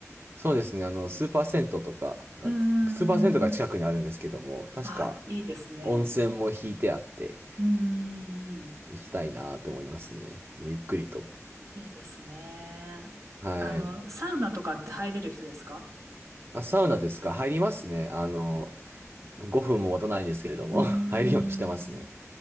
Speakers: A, on the right (about 45°); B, on the right (about 90°).
A: そうですね。あの、スーパー銭湯とかが、
B: <laughs> うんん
A: スーパー銭湯が近くにあるんですけども、確か
B: あ、いいですね。
A: 温泉も引いてあって
B: うんうんうん。
A: 行きたいなと思いますね。もうゆっくりと。
B: いいですね。
A: はい。
B: あの、サウナとかって入れる人ですか
A: あ、サウナですか入りますね。あの、5分も待たないんですけれども、
B: うーん。
A: <laughs> 入るようにしてますね。